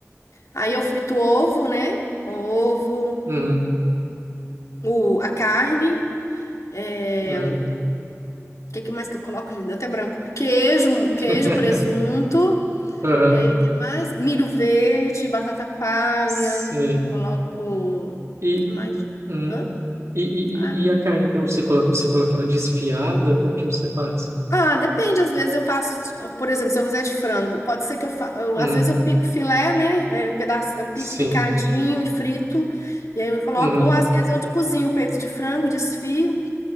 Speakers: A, on the left (about 80°); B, on the right (about 65°).
A: Aí eu frito o ovo, né? O ovo,
B: uhum,
A: o, a carne. é,
B: uhum,
A: O que que mais que eu coloco, gente? Deu até branco. Queijo, queijo,
B: <laughs>
A: presunto.
B: aham,
A: É, que mais? Milho verde, batata palha.
B: sim.
A: Coloco.
B: E...
A: que mais?
B: uhum.
A: Hã?
B: E, e,
A: Ah,
B: e e a carne, quando você coloca, você coloca ela desfiada, como que você faz?
A: ah, depende. Às vezes eu faço. Por exemplo, se eu fizer de frango, pode ser que eu, fa... eu-
B: Uhum,
A: Às vezes eu pico filé, né? É, pedaço... Eu pico
B: sim.
A: picadinho e frito. E aí eu coloco.
B: Uhum,
A: Ou às vezes eu cozinho o peito de frango, desfio.